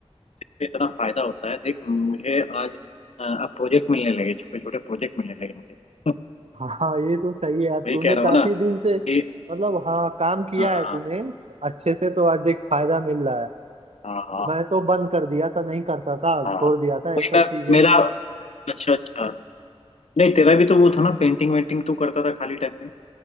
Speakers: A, on the left; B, on the right.
A: उससे इतना फायदा होता है देख मुझे आज अ, अब प्रोजेक्ट मिलने लगे छोटे छोटे प्रोजेक्ट मिलने लगे मुझे <laughs>
B: हाँ ये तो सही है यार
A: वही
B: तूने
A: कह रहा
B: काफी
A: हूँ ना
B: दिन से
A: कि
B: मतलब हाँ काम किया
A: हाँ
B: है तूने अच्छे से तो आज देख फायदा मिल रहा है
A: हाँ हाँ
B: मैं तो बंद कर दिया था नहीं करता था छोड़
A: हाँ।
B: दिया था ये
A: वही
B: सब
A: मैं
B: चीजें
A: मेरा अच्छा अच्छा नहीं तेरा भी तो वो था ना पेंटिंग वेंटिंग तू करता था खाली टाइम में